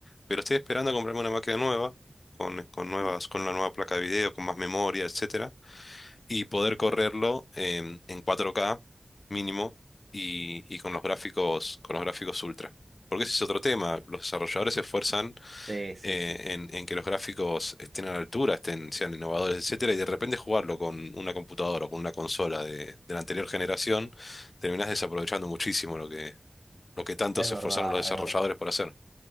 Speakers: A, on the left; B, on the right.
A: Pero estoy esperando a comprarme una máquina nueva, con, con nuevas,
B: mm,
A: con una nueva placa de video, con más memoria, etc y poder correrlo en, en 4K mínimo y, y con los gráficos, con los gráficos ultra. Porque ese es otro tema. Los desarrolladores se esfuerzan
B: sí, sí,
A: eh,
B: sí.
A: en, en que los gráficos estén a la altura, estén, sean innovadores, etcétera, y de repente jugarlo con una computadora o con una consola de, de la anterior generación, terminás desaprovechando muchísimo lo que, lo que tanto
B: Es
A: se
B: verdad,
A: esforzaron los desarrolladores
B: es verdad.
A: por hacer.